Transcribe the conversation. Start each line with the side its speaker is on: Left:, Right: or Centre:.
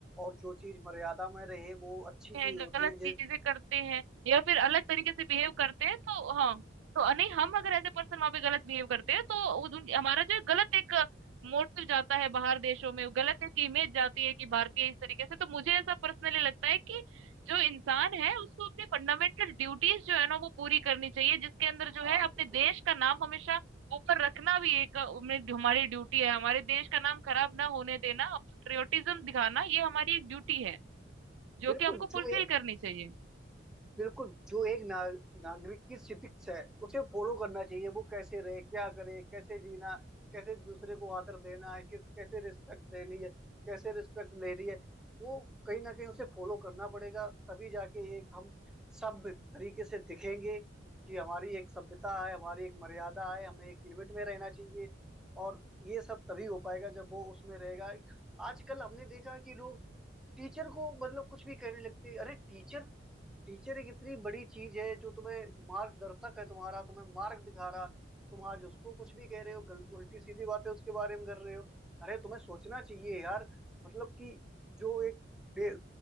Centre: और जो चीज मर्यादा में रहे वो अच्छी
Right: हैं
Centre: चीज होती
Right: गलत
Centre: है
Right: चीजें
Centre: जैसे
Right: करते हैं या फिर अलग तरीके से बिहेव करते हैं तो हाँ तो नहीं हम
Centre: हाँ
Right: अगर एज ए पर्सन वहां पे गलत बिहेव करते हैं तो उस- उन- हमारा जो है गलत एक मोटिव जाता है बाहर देशों में गलत एक इमेज जाती है कि भारतीय इस तरीके से तो मुझे ऐसा पर्सनली लगता है कि जो इंसान है उसको अपनी फंडामेंटल ड्यूटीज जो है ना वो पूरी करनी चाहिए जिसके अंदर
Centre: हाँ
Right: जो है अपने
Centre: बिल्कुल
Right: देश का नाम हमेशा ऊपर रखना भी एक अपने- हमारी ड्यूटी है हमारे देश का नाम खराब ना होने देना पेट्रियोटिज्म दिखाना ये हमारी एक ड्यूटी है जो
Centre: बिल्कुल
Right: कि हमको
Centre: जो
Right: फुलफिल
Centre: ये
Right: करनी चाहिए
Centre: बिल्कुल जो एक ना, नागरिक की सिविक्स है उसे फॉलो करना चाहिए वो कैसे रहे क्या करे कैसे जीना कैसे दूसरे को आदर देना है किस कैसे रिस्पेक्ट देनी है कैसे रिस्पेक्ट लेनी है वो कहीं ना कहीं उसे फॉलो करना पड़ेगा तभी जाके एक हम सभ्य तरीके से दिखेंगे कि हमारी एक सभ्यता है हमारी एक मर्यादा है हमें एक लिमिट में रहना चाहिए और ये सब तभी हो पाएगा जब वो उसमें रहेगा आजकल हमने देखा कि लोग टीचर को मतलब कुछ भी कहने लगते हैं। अरे टीचर टीचर एक इतनी बड़ी चीज है जो तुम्हें मार्गदर्शक है तुम्हारा तुम्हें मार्ग दिखा रहा तुम आज उसको कुछ भी कह रहे हो गल, उल्टी सीधी बातें उसके बारे में कर रहे हो अरे तुम्हें सोचना चाहिए यार मतलब कि जो एक बे,